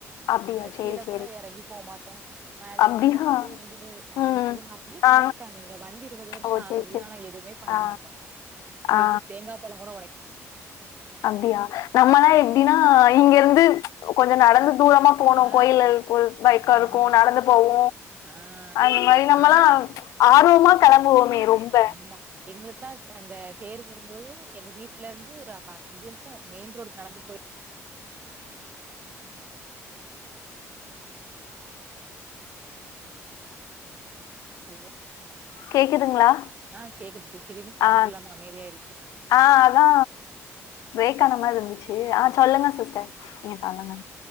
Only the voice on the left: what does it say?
அப்டியா
சேரி சேரி
அப்டியா
ம்
ஆ
ஓ
சேரி சேரி
ஆ
ஆ
அப்டியா நம்மல்லா
எப்டினா இங்கருந்து கொஞ்ச நடந்து தூரமா போனு
கோயில்ல ஒ பைக்கா
இருக்கு நடந்து போவோ
அந்த மாரி
நம்மல்லா ஆர்வமா கெளம்புவோமே ரொம்ப
கேக்குதுங்களா
ஆ
ஆ அதா பிரேக் ஆன மாரி இருந்துச்சு ஆ சொல்லுங்க சிஸ்டர் நீங்க சொல்லுங்க